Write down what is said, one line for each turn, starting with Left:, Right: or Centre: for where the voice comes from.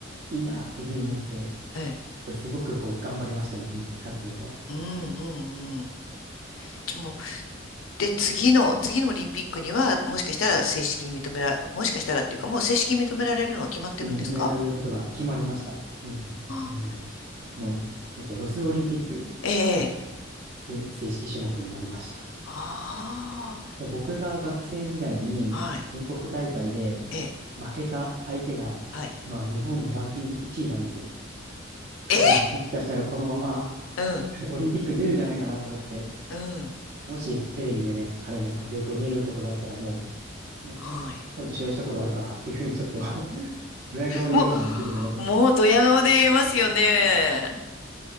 Right: いいなっていうふうに思って、
Left: ええ、ええ。
Right: っぱりすごくこう頑張りましたね、人気活動は。
Left: うん、うん、うん。ちょで、次の、次のオリンピックには、もしかしたら正式に認めら、もしかしたらっていうか、もう正式に認められるのは決まってるんですか
Right: 認められることが決まりました。28年
Left: ああ
Right: の、えっと、ロスオリンピックです。
Left: ー、ええ、
Right: で、正式種目になりました。
Left: あ
Right: 僕が学生時代に全国大会で
Left: あ、はい、ええ、
Right: 負けた相手が、
Left: はい。
Right: まあ、日本のランキング1位なんです。彼、
Left: え
Right: がもしかしたらこのまま
Left: うん、
Right: <laughs> オリンピックに出るんじゃないかなと思って、
Left: うん、
Right: もしテレビでね、彼の活躍を見れることがあったらもう、もう
Left: はい。
Right: 彼と試合したことあるからっていうふうにちょっと <laughs> ドヤ顔で
Left: も
Right: <laughs> 言おうかなっていうふうに思ってます。
Left: う、もうドヤ顔で言えますよね。